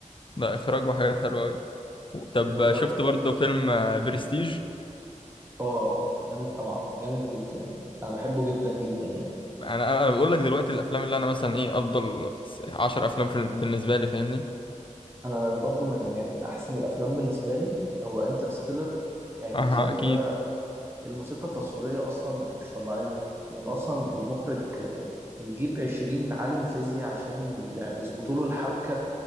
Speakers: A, on the left (about 40°); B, on the right (about 20°).
A: لا اخراج وحاجات حلوه قوي طب
B: انه
A: شفت
B: لم
A: برضه فيلم برستيج
B: اه اوف جامد طبعا جامد جدا يعني انا بحبه جدا جدا يعني
A: انا انا بقول لك دلوقتي الافلام اللي انا مثلا ايه افضل س- عشر افلام في بالنسبه لي فاهمني
B: انا برضو من يعني من احسن الافلام بالنسبه لي هو انترستيلر يعني بالنسبه
A: اه
B: لي
A: اكيد
B: ده الموسيقى التصويرية أصلا مش طبيعية وإن أصلا المخرج آه، يجيب عشرين عالم فيزياء عشان ي- يعني يظبطوا له الحبكة